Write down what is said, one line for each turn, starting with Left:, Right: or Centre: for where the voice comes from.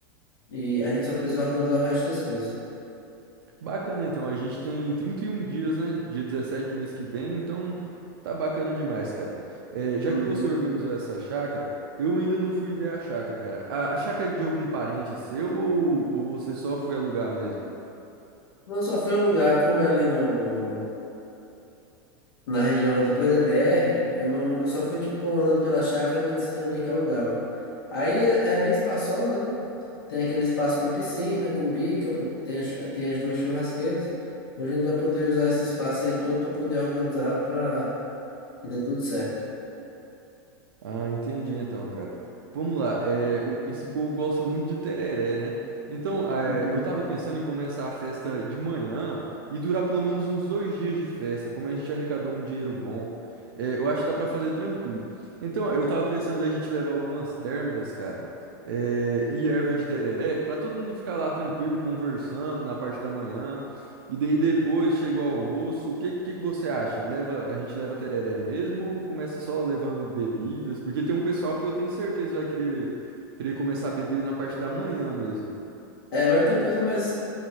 Left: e a gente só precisa organizar o resto das coisas.
Right: Bacana, então, a gente tem 31 dias, né? Dia 17 do mês que vem, então tá bacana demais, cara. É, já
Left: Uhum.
Right: que você organizou essa chácara, eu ainda não fui ver a chácara, cara. A, a chácara é de algum parente seu ou, ou você só foi alugar mesmo?
Left: Não só foi o lugar, como é ali no, na região ali, depois da BR, eu não, eu só fui tipo andando pela chácara vendo se tem alguém que alugava. Aí é é bem espaçosa, né? Tem aquele espaço com piscina, com bica, pro- tem, a chu- tem as duas churrasqueiras. Hoje a gente vai poder usar esse espaço aí todo para poder organizar para que dê tudo certo.
Right: Ah, entendi então, cara. Vamos lá, é, o- esse povo gosta muito de tereré, né? Então, é,
Left: Uhum.
Right: eu tava pensando em começar a festa de manhã e durar pelo menos uns dois dias de festa, como a gente arrecadou um dinheiro bom. É, eu acho que dá pra fazer tranquilo. Então, eu tava pensando em a gente levar algumas térmicas, cara, é, e erva de tereré, pra todo mundo ficar lá tranquilo, conversando na parte da manhã. E daí depois chega o almoço, o que, que que você acha? Leva, a gente leva tereré mesmo ou começa só levando bebidas? Porque tem um pessoal que eu tenho certeza vai querer, querer começar a beber na parte da manhã mesmo.
Left: É, vai ter um pessoal, mas